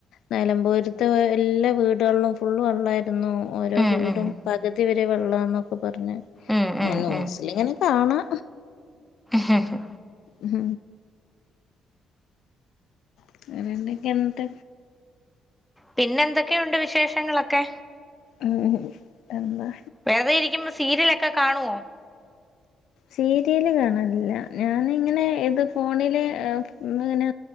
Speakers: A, on the left; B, in the centre.
A: നിലമ്പൂരത്തെ എല്ലാ വീടുകളിലും ഫുള് വെള്ളമായിരുന്നു ഓരോ
B: ഉം
A: വീടും
B: ഉം
A: പകുതി വരെ വെള്ളന്നൊക്കെ പറഞ്ഞ്
B: ഉം ഉം
A: ന്യൂസിൽ
B: ഉം
A: ഇങ്ങനെ കാണാം
B: ഹ ഹ
A: ഉം <unintelligible> എന്ത്
B: പിന്നെ എന്തൊക്കെയുണ്ട് വിശേഷങ്ങളൊക്കെ
A: ഉം എന്നാ
B: വെറുതെ ഇരിക്കുമ്പ സീരിയലൊക്കെ കാണുവോ
A: സീരിയല് കാണാനില്ല ഞാനിങ്ങനെ ഇത് ഫോണില് ഇങ്ങനെ